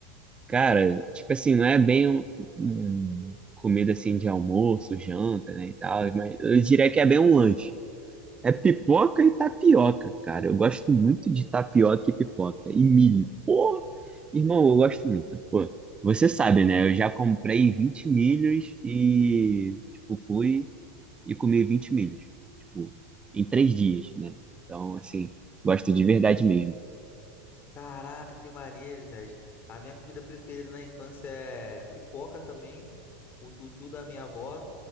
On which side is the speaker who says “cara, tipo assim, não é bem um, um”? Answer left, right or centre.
Right